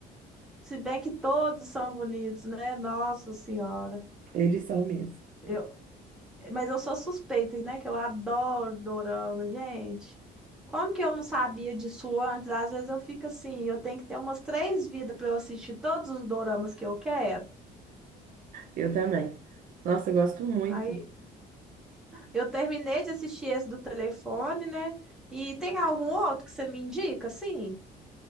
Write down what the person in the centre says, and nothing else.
se bem que todos são bonitos, né? Nossa Senhora.
Eu, mas eu sou suspeita, né? Que eu adoro dorama, gente. Como que eu não sabia disso antes? Às vezes eu fico assim, eu tenho que ter umas três vidas para eu assistir todos os doramas que eu quero.
Aí Eu terminei de assistir esse do telefone, né? E tem algum outro que você me indica, assim?